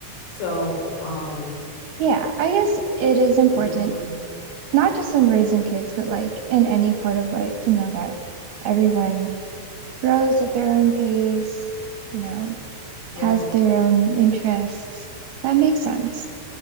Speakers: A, on the left; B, on the right.
A: So, um,
B: Yeah, I guess it is important,
A: you know,
B: not just when raising kids, but like in any part of life, to know that everyone grows at their own pace, you know,
A: yes.
B: has their own interests. That makes sense.